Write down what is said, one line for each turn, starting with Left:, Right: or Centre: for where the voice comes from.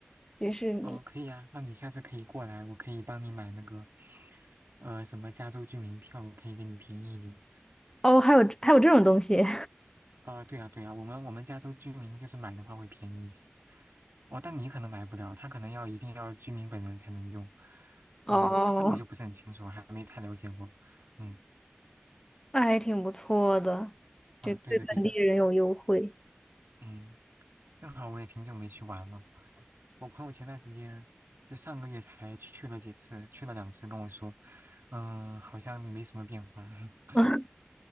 Left: 迪士尼。
Right: 哦，可以啊，那你下次可以过来，我可以帮你买那个，呃，什么加州居民票，可以给你便宜一点。
Left: 哦，还有还有这种东西。
Right: 啊，对啊，对啊，我们我们加州居民就是买的话会便宜一些，哦，但你可能买不了，他可能要一定要居民本人才能用，啊、
Left: <laughs> 哦，
Right: 这个我就不是很清楚，还没太了解过，嗯，
Left: 那还挺不错的，
Right: 啊，
Left: 就对本地人有优惠。
Right: 对的对的，嗯，正好我也挺久没去玩了，我朋友前段时间就上个月才去了几次，去了两次，跟我说，嗯、好像没什么变化，<laughs>
Left: <laughs>